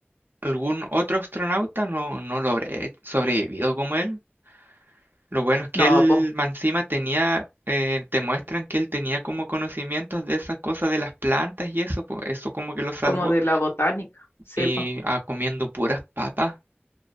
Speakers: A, on the right (about 55°); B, on the left (about 75°).
A: algún otro astronauta no, no lo habré sobrevivido como él. Lo bueno es que
B: No,
A: él,
B: pues,
A: más encima, tenía, eh, te muestran que él tenía como conocimientos de esas cosas de las plantas y eso, pues eso como que lo salvó.
B: como de la botánica. Sí,
A: Y
B: pues.
A: ah, comiendo puras papas,